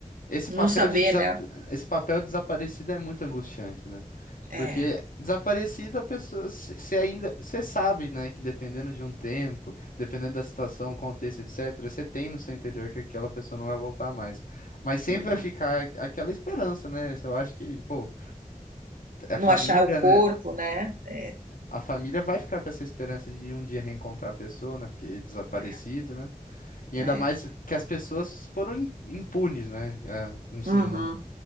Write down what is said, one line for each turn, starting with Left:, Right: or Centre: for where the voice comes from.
Left: esse
Right: não
Left: papel
Right: saber,
Left: de desap...
Right: né?
Left: esse papel de desaparecida é muito angustiante, né?
Right: É,
Left: Porque desaparecida a pessoa, você ainda, você sabe, né, que dependendo de um tempo, dependendo da situação, contexto, etc, você tem no seu interior que aquela pessoa não vai voltar mais. Mas sempre
Right: uhum.
Left: vai ficar aquela esperança, né? Eu acho que, pô, é
Right: Não
Left: família,
Right: achar o corpo,
Left: né?
Right: né? É,
Left: A família vai ficar com essa esperança de um dia reencontrar a pessoa, né? Porque é desaparecido,
Right: é,
Left: né? E ainda
Right: é.
Left: mais que as pessoas foram im- impunes, né? É, assim,
Right: Uhum.
Left: não,